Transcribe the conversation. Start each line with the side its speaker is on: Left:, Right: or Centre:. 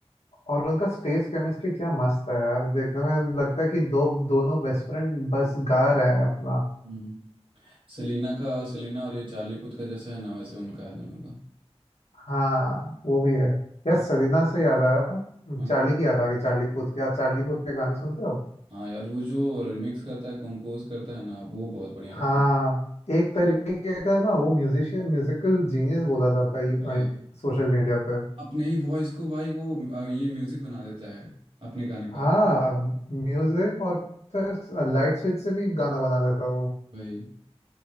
Left: और उनका स्टेज केमिस्ट्री क्या मस्त है यार देखने में लगता है कि दो दोनों बेस्ट फ्रेंड बस गा रहे हैं अपना
Right: हम्म। सेलिना का सेलिना और ये चार्ली पुथ का जैसा है ना वैसे उनका है दोनों का
Left: हाँ वो भी है यार
Right: हाँ
Left: सरीना से याद आया
Right: हाँ
Left: चार्ली की याद आ गई चार्ली पूथ की आप चार्ली पूथ के गाने सुनते हो
Right: हाँ यार वो जो रिमिक्स करता है कंपोज करता है ना वो बहुत बढ़िया लगता
Left: हाँ
Right: है
Left: एक तरीके का ना वो म्यूजिशियन म्यूजिकल जीनियस बोला जाता
Right: हाँ
Left: है
Right: यार,
Left: सोशल मीडिया पे
Right: अपने ही वॉइस को भाई वो अ, ये म्यूजिक बना देता है अपने गाने
Left: हाँ
Right: का
Left: म्यूजिक और फिर लाइट स्विच से भी गाना बना देता है वो
Right: वही